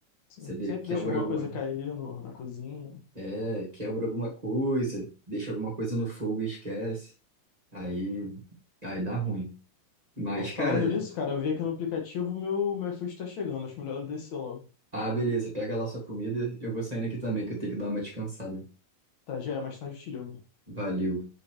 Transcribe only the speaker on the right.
você de-
quebra
alguma,
é, quebra alguma coisa, deixa alguma coisa no fogo e esquece. Aí, aí dá ruim. Mas,
cara,
ah, beleza, pega lá sua comida, eu vou saindo aqui também, que eu tenho que dar uma descansada.
Valeu.